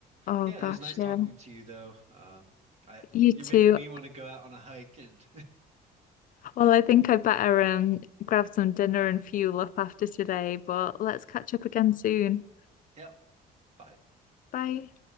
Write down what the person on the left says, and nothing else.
Oh
gosh,
yeah.
You
too.
Well, I think I better um grab some dinner and fuel up after today, but let's catch up again soon.
Bye.